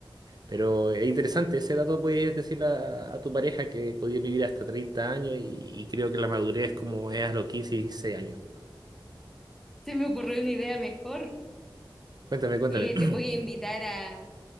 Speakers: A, on the right; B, in the centre.
A: Pero es interesante, ese dato puedes decirle a, a tu pareja que podía vivir hasta 30 años y, y creo que la madurez es como es a los 15 y 16 años.
B: Se me ocurrió una idea mejor.
A: Cuéntame, cuéntame.
B: Eh,
A: <laughs>
B: te voy a invitar a,